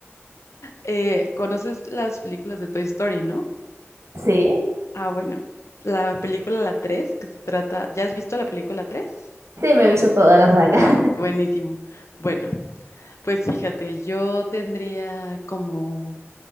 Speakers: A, on the left (about 75°); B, on the right (about 80°).
A: Eh, ¿conoces las películas de Toy Story, no?
B: Sí,
A: Ah, bueno, la película La tres que se trata, ¿ya has visto la película tres
B: sí, me he visto toda la saga.
A: Ah,
B: <laughs>
A: buenísimo. Bueno, Pues fíjate, yo tendría como,